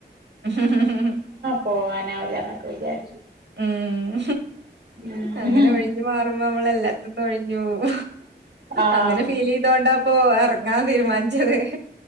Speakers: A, on the right (about 80°); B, on the right (about 65°).
A: ഉ ഹ ഹ!
B: പോവാനാവില്ല എന്നൊക്കെ വിചാരി
A: ഉം
B: ഉം
A: അങ്ങനെ ഒഴിഞ്ഞു മാറുമ്പോ നമ്മള് എല്ലാത്തിന്നും ഒഴിഞ്ഞു പോവും.
B: ആഹ്
A: അങ്ങനെ ഫീൽ ചെയ്തോണ്ട അപ്പൊ ഇറങ്ങൻ തീരുമാനിച്ചത്.